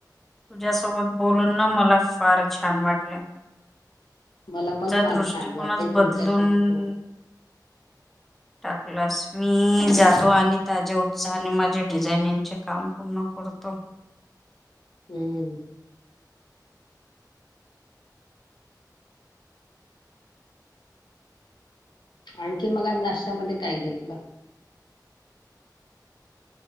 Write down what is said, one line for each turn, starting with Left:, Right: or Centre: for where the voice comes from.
Centre: तुझ्यासोबत बोलून ना मला फार छान वाटल..
Left: मला पण फार
Centre: दृष्टिकोनच
Left: छान वाटतंय
Centre: बदलून
Left: तुमच्यासोबत बोलून.
Centre: टाकलास मी जातो आणि ताज्या उत्साहाने माझे डिझाईनिंगचे काम पूर्ण करतो.
Left: हं आणखी मग आज नाश्त्यामध्ये काय घेतलं?